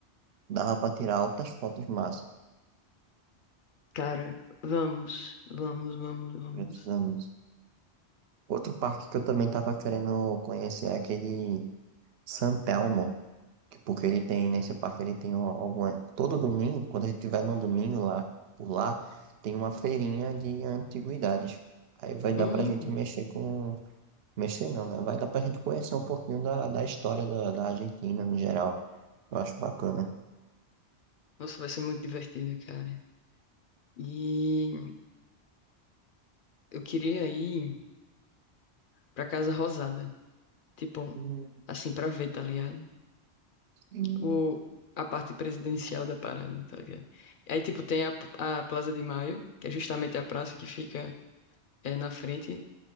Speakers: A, on the right; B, on the left.
A: dava pra tirar altas fotos massas.
B: Cara, vamos, vamos, vamos, vamos.
A: Precisamos. Outro parque que eu também tava querendo conhecer é aquele San Telmo. Porque ele tem, nesse parque, ele tem al- alguma. Todo domingo, quando a gente tiver num domingo lá, por lá, tem uma feirinha de antiguidades. Aí vai dar
B: Hum,
A: pra gente mexer com. Mexer não, né? Vai dar pra gente conhecer um pouquinho da, da história da, da Argentina no geral. Eu acho bacana.
B: nossa, vai ser muito divertido, cara. E eu queria ir pra Casa Rosada. Tipo,
A: Hum,
B: assim, pra ver, tá ligado?
A: sim.
B: O, a parte presidencial da parada, tá ligado? Aí, tipo, tem a, a Plaza de Maio, que é justamente a praça que fica é, na frente